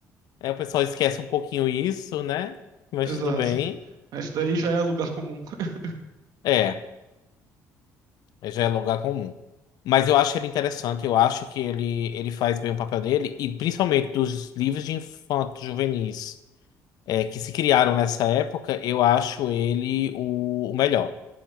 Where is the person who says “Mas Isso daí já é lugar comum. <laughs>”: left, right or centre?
Right